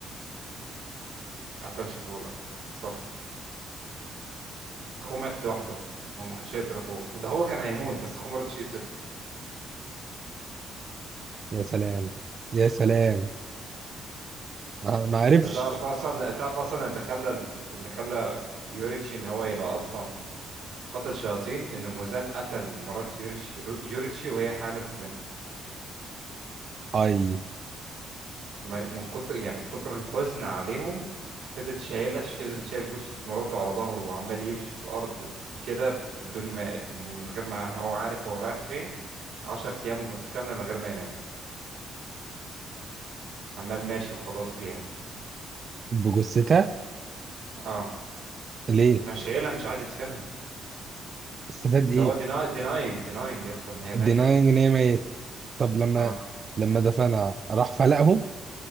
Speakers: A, on the right (about 75°); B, on the right (about 40°).
A: ما قتلش اخوه لا ما حصلش اخوه مات لوحده هو ما كانش يقتل اخوه ده هو كان هيموت بس اخوه ما رضيش يقتل
B: يا سلام يا سلام ما ما عرفش
A: انت تعرف اصلا تعرف اصلا اللي خلى اللي خلى يوريتشي ان هو يبقى اصلا قاتل شياطين ان موزان قتل مرات يوريش... يوريتشي وهي حامل في بنته
B: اي
A: ما- من كتر يعني من كتر الحزن عليهم فضل شايل فضل شايل جثة مراته على ظهره وعمال يمشي في الأرض كده من دون ما من غير ما هو عارف هو رايح فين عشر أيام متكاملة من غير ما ينام عمال ماشي وخلاص بيها
B: بجثتها
A: اه
B: ليه؟
A: مش شايلها مش عايز يدفنها
B: استفاد ايه؟
A: اللي هو deny- denying denying يا اسطى ان هي ماتت
B: denying
A: انت فاهم؟
B: ان هي ميتة طب لما
A: اه
B: لما دفنها راح فلقهم